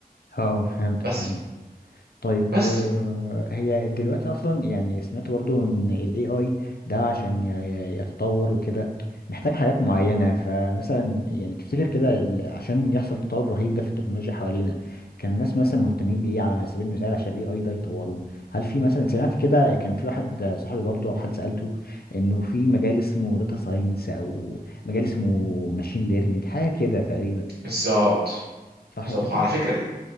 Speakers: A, on the left (about 75°); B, on the right (about 85°).
A: اه فهمتك
B: بس
A: فهمتك طيب
B: بس
A: آه، هي دلوقتي اصلا يعني سمعت برضو ان الاي اي ده عشان ي- ي- يتطور وكده محتاج حاجات معينة فمثلا يعني تفتكر كده ال- عشان يحصل تطور رهيب ده في التكنولوجيا حوالينا كان الناس مثلا مهتمين بايه على سبيل المثال عشان الاي اي ده يطوروه هل في مثلا سمعت كده كان في واحد صاحبي برضو او حد سألته انه في مجال اسمه داتا ساينس او مجال اسمه ماشين ليرنينج حاجة كده تقريبا
B: بالظبط
A: صح
B: بالظبط
A: كده؟
B: على فكره ليه